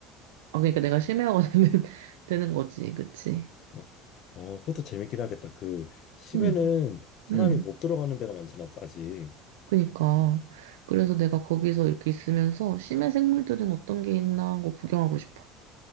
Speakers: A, on the right (about 90°); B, on the left (about 55°).
A: 아, 그러니까 내가 심해화가 <laughs> 되는, 되는 거지. 그치?
B: 어, 어, 그것도 재밌긴 하겠다. 그 심해는
A: 응,
B: 사람이
A: 응.
B: 못 들어가는 데가 많잖아, 아직.
A: 그니까. 그래서 내가 거기서 이렇게 있으면서 심해 생물들은 어떤 게 있나 하고 구경하고 싶어.